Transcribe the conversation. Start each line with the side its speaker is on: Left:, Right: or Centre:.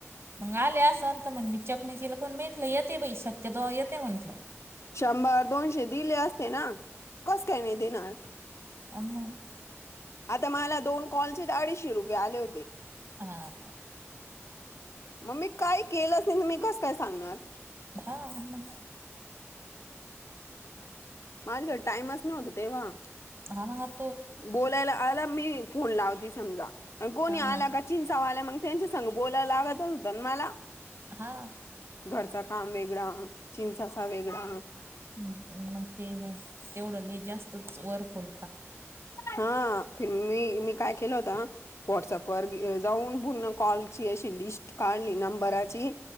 Right: मग आले असंंत म्हण मी चकने केलं पण मेट येते बा शक्य. तो येते म्हंटलं.
Left: शंभर दोनशे दिले असते ना कस काय नाही देणार.
Right: आम्हा.
Left: आता मला दोन कॉलचे अडीचशे रुपये आले होते.
Right: हा
Left: मग मी काय केलंच नाही तुम्ी कसं काय सांगणार.
Right: ा आ म.
Left: माझ्याकडे टाइमच नव्हता तेव्हा.
Right: ह का.
Left: बोलायला आता मी फोन लावते समजा कोणी
Right: हा
Left: आला का चिंचावा आला मग. त्यांच्या संघ बोलायला लागतच होत मला.
Right: हा
Left: घरचा काम वेगळा चिंचासा वेगळा.
Right: मग ते तेवढं ल जास्तच वरफोल.
Left: हाि मी मी काय केलं होत व्हॉट्सअप व जाऊन. पूर्ण कॉल ची अशी लिस्ट काढली नंबराची